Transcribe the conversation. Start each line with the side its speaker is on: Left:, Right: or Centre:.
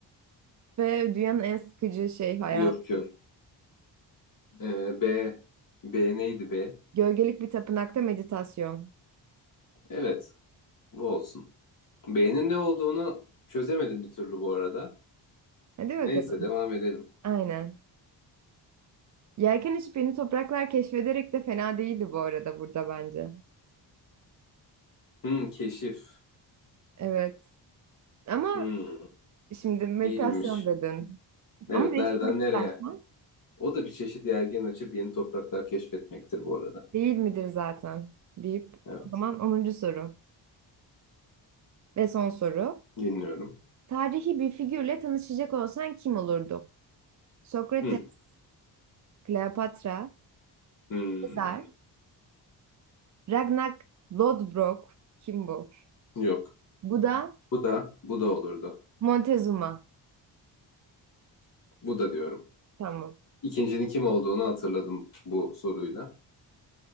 Right: Ve dünyanın en sıkıcı şey hayatı.
Left: Yok yok. Ee, B. B neydi B?
Right: Gölgelik bir tapınakta meditasyon.
Left: Evet bu olsun. B'nin ne olduğunu çözemedim bir türlü bu arada.
Right: Hadi bakalım.
Left: Neyse devam edelim.
Right: Aynen. Yelken içi topraklar keşfederek de fena değildi bu arada burada bence.
Left: Hı, keşif.
Right: Evet. Ama
Left: Hı,
Right: şimdi meditasyon
Left: iyiymiş.
Right: dedin.
Left: Evet,
Right: Ama değiştirmek
Left: nereden nereye?
Right: istersen
Left: O da bir çeşit yelken açıp yeni topraklar keşfetmektir bu arada.
Right: değil midir zaten deyip
Left: Evet,
Right: o zaman onuncu soru ve son soru.
Left: dinliyorum.
Right: Tarihi bir figürle tanışacak olsan kim olurdu? Sokrates,
Left: Hı,
Right: Kleopatra,
Left: hmm,
Right: Sezar, Ragnar Lodbrok kim bu?
Left: Yok.
Right: Bu da
Left: Bu da bu da olurdu.
Right: Montezuma.
Left: Bu da diyorum.
Right: Tamam.
Left: İkincinin kim olduğunu hatırladım bu soruyla.